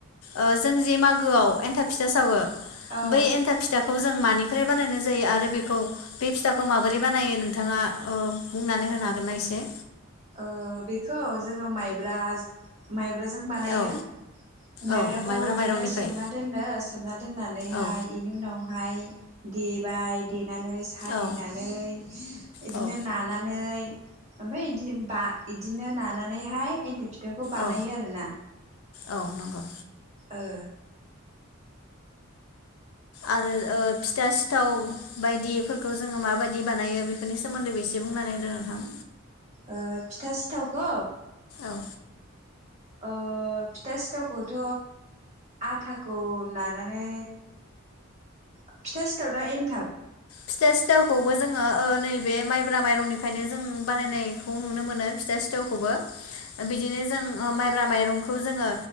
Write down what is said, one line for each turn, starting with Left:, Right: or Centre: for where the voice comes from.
Left: ओ जों जे मागोआव एन्थाब फिथा सावो।
Right: औ
Left: बै एन्था फिथा खौ जों मानिफ्राय बानायनाय जायो आरो बेखौ बे फिथा माबोरै बानायो नोंथाङा ओ बुंनानै होनो हागोनना एसे?
Right: ओ बेखौ जोङो माइब्राज माइब जों बानायो
Left: औ
Right: माइब्राखौ
Left: औ माइब्रा
Right: इदिनो
Left: माइरंनिफ्राय
Right: सोमना दोनो सोमना दोननानैहाय
Left: औ
Right: इनि उनावहाय दे बाय दे नानै सालिनानै
Left: औ
Right: इदिनो
Left: औ
Right: नानानै ओफायदि बा इदिनो नानानैहाय <unintelligible> बेखौ बानायो
Left: औ
Right: आरोना।
Left: औ नंगौ
Right: ओ।
Left: आरो ओ फिथा सिथाव बायदिफोरखौ जोङो माबायदि बानायो बेफोरनि सोमोन्दैबो एसे बुंनानै होदो नोंथां।
Right: ओ फिथा सिथावखौ।
Left: औ
Right: ओ फिथा सिथावखौथ' आथाखौ नानानै फिथा सिथाव ना एनथाब।
Left: फिथा सिथावखौबो जोङो ओ नैबे माइब्रा माइरंनिफायनो जों बानायनायखौ नुनो मोनो फिथा सिथावखौबो। बिदिनो जों ओ मा ब्रा माइरंखौ जोङो